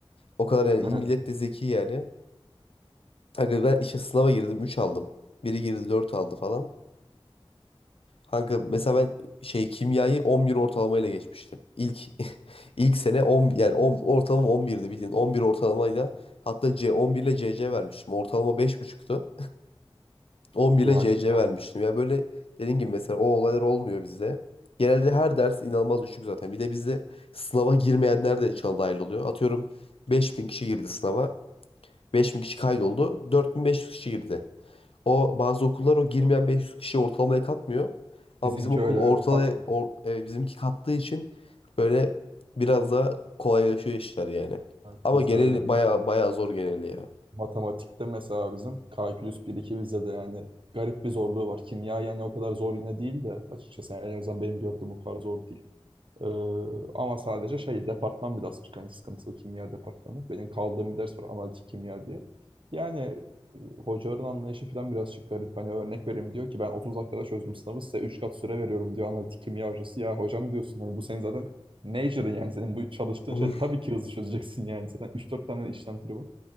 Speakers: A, on the left; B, on the right.
A: O kadar yani
B: Evet.
A: millet de zeki yani. Kanka ben işte sınava girdim 3 aldım. Biri girdi 4 aldı falan. Kanka mesela ben şey kimyayı 11 ortalamayla geçmiştim. İlk <laughs> ilk sene 10 yani 10 ortalama 11'di bildiğin. 11 ortalamayla hatta C 11 ile CC vermiştim. Ortalama 5.5'tu. 11
B: Ya
A: <laughs> ile CC
B: cidden
A: vermiştim. Ya böyle dediğin gibi mesela o olaylar olmuyor bizde. Genelde her ders inanılmaz düşük zaten. Bir de bizde sınava girmeyenler de içine dahil oluyor. Atıyorum 5000 kişi girdi sınava. beş bin kişi kaydoldu. 4500 kişi girdi. O bazı okullar o girmeyen 500 kişi ortalamaya katmıyor. Ama
B: bizimki
A: bizim okul
B: öyle
A: ortalaya
B: evet, katmıyor.
A: or- e, bizimki kattığı için böyle biraz daha kolaylaşıyor işler yani.
B: Evet,
A: Ama
B: bizde
A: genel
B: öyle durumlar.
A: baya baya zor geneli ya.
B: Matematikte mesela bizim kalkülüs 1-2 vizede yani garip bir zorluğu var. Kimya yani o kadar zor yine değil de açıkçası yani en azından benim gördüğüm o kadar zor değil. Ee, ama sadece şey departman birazcık hani sıkıntılı kimya departmanı. Benim kaldığım bir ders var analitik kimya diye. Yani e, hocaların anlayışı falan birazcık garip. Hani örnek vereyim diyor ki ben 30 dakikada çözdüm sınavı size 3 kat süre veriyorum diyor analitik kimya hocası. Ya hocam diyorsun hani bu senin zaten major'ın yani senin bu çalıştığın
A: <laughs>
B: şey tabii ki hızlı çözeceksin yani zaten üç dört tane işlem türü var.